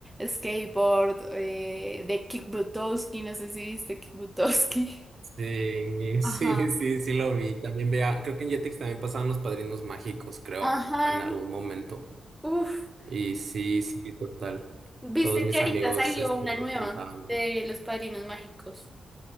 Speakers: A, in the centre; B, on the right (about 50°).
A: skateboard, eh, de Kick Buttowski, no sé si viste Kick Buttowski. <laughs>
B: Sí,
A: Ajá,
B: <laughs> sí, sí, sí lo vi. También vea, creo que en Jetix también pasaban los padrinos mágicos, creo,
A: ajá,
B: en algún momento.
A: uff,
B: Y sí, sí, total.
A: viste
B: Todos mis
A: que ahorita
B: amigos
A: salió
B: este,
A: una
B: nos
A: nueva
B: contaban.
A: de Los Padrinos Mágicos,